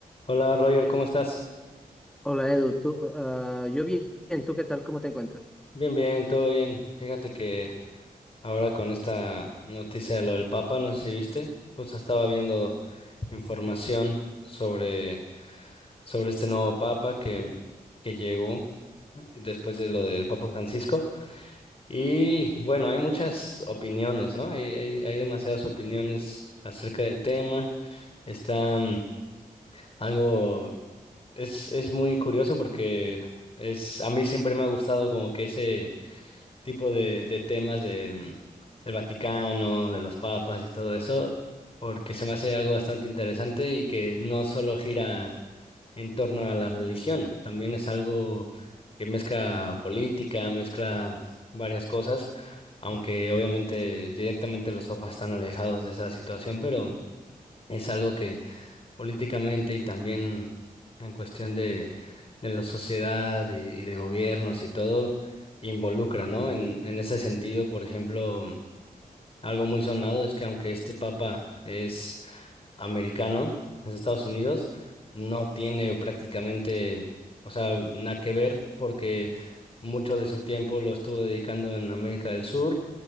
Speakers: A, on the left; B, in the centre.
A: Hola Roger, ¿cómo estás?
B: Hola Edu, tú, ah, yo bien, ¿tú qué tal? ¿Cómo te encuentras?
A: Bien, bien, todo bien. Fíjate que ahora con esta noticia de lo del Papa, no sé si viste, justo estaba viendo información sobre, sobre este nuevo Papa que, que llegó después de lo del Papa Francisco. Y bueno, hay muchas opiniones, ¿no? Hay, hay, hay demasiadas opiniones acerca del tema. Está mm, algo, es, es muy curioso porque es, a mí siempre me ha gustado como que ese tipo de, de temas de, mm, del Vaticano, de los papas y todo eso, porque se me hace algo bastante interesante y que no solo gira en torno a la religión, también es algo que mezcla política, mezcla varias cosas, aunque obviamente directamente los papas están alejados de esa situación, pero es algo políticamente y también en cuestión de, de la sociedad y, y de gobiernos y todo, involucra, ¿no? En, en ese sentido, por ejemplo, algo muy sonado es que aunque este papa es americano, es de Estados Unidos, no tiene prácticamente, o sea, nada que ver porque mucho de su tiempo lo estuvo dedicando en América del Sur